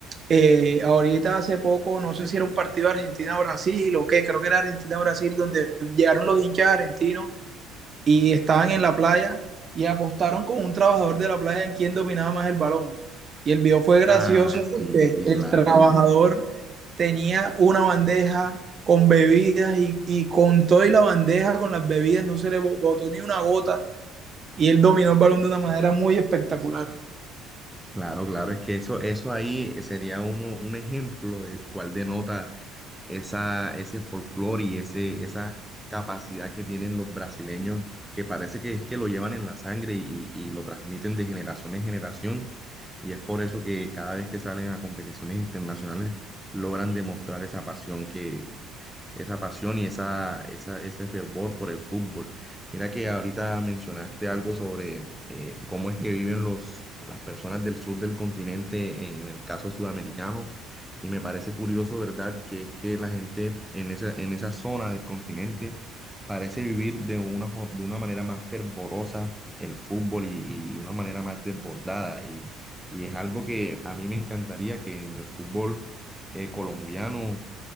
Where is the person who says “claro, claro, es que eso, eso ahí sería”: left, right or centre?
Centre